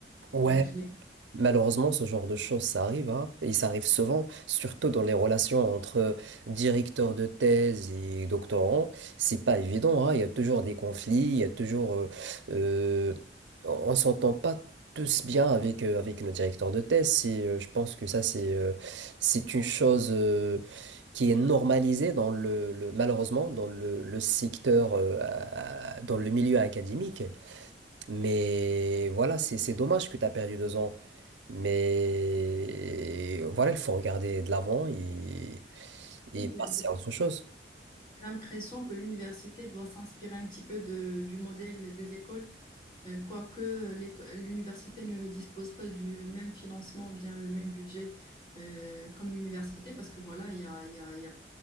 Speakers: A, on the right; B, on the left.
A: Ouais,
B: Donc, j'ai
A: Malheureusement, ce genre de choses, ça arrive, hein, et ça arrive souvent, surtout dans les relations entre directeurs de thèse et doctorants. C'est pas évident, hein, Il y a toujours des conflits, il y a toujours, euh, euh, on s'entend pas tous bien avec euh, avec nos directeurs de thèse. C'est, euh, je pense que ça, c'est euh, c'est une chose euh, qui est normalisée dans le, le- malheureusement dans le, le secteur, euh, à- dans le milieu académique. Mais voilà, c'est c'est dommage que tu as perdu deux ans. Mais voilà, il faut regarder de l'avant et, et
B: j'ai-
A: passer à autre chose.
B: j'ai l'impression que l'université doit s'inspirer un petit peu de- du modèle des écoles Euh, Quoique euh, l'éco- l'université ne dispose pas du euh, même financement, ou bien le même budget euh, comme l'université, parce que voilà, il y a, il y a- il y a-